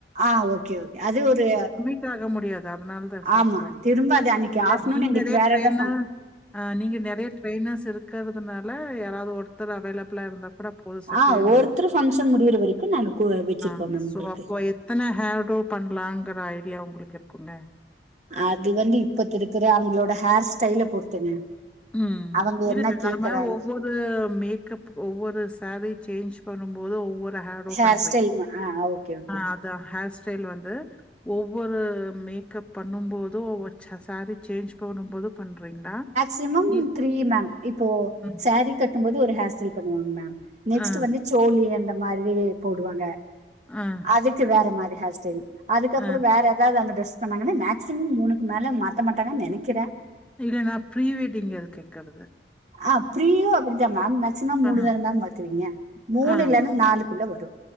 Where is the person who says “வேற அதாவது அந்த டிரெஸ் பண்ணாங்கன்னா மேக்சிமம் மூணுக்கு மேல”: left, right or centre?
Right